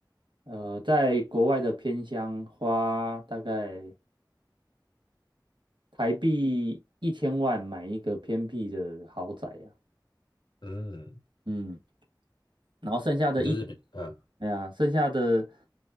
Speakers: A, on the right; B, on the left.
A: 呃，在国外的偏乡花大概台币一千万买一个偏僻的豪宅呀、
B: 嗯，
A: 嗯，然后剩下的一，
B: 你就是比嗯，
A: 哎呀，剩下的